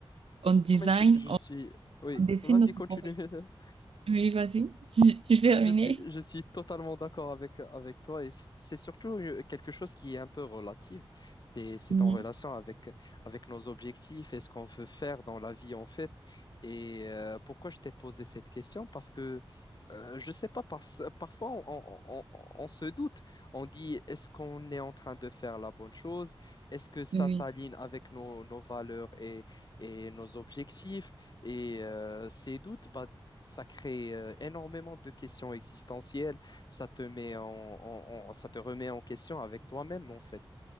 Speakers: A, on the right; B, on the left.
A: on design,
B: non mais je, je
A: on,
B: suis... Oui,
A: on dessine
B: vas-y,
A: notre
B: continue.
A: propre.
B: <laughs>
A: Oui, vas-y. <laughs> Tu tu terminé?
B: Euh, Je suis, je suis totalement d'accord avec, avec toi et c- c'est surtout euh, quelque chose qui est un peu relative C'est c'est
A: Mhm.
B: en relation avec, avec nos objectifs et ce qu'on veut faire dans la vie en fait. Et euh, pourquoi je t'ai posé cette question? Parce que euh, je sais pas, parce, parfois on, on- on- on se doute. On dit est-ce qu'on est en train de faire la bonne chose? Est-ce que ça
A: Oui,
B: s'aligne avec nos, nos valeurs et, et nos objectifs? Et euh, ces doutes, bah, ça crée euh, énormément de questions existentielles. Ça te met en, en- en- ça te remet en question avec toi-même, en fait.